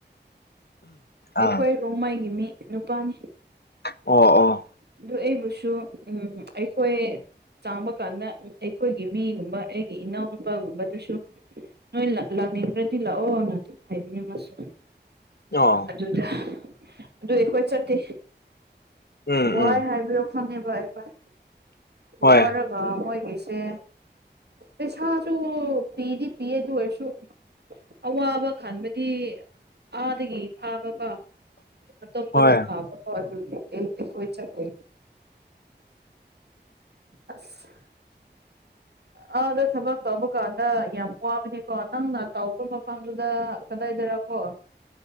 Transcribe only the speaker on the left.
ꯑꯥ
ꯑꯣ ꯑꯣ
ꯑ
ꯎꯝ
ꯎꯝ
ꯍꯣꯏ
ꯍꯣꯏ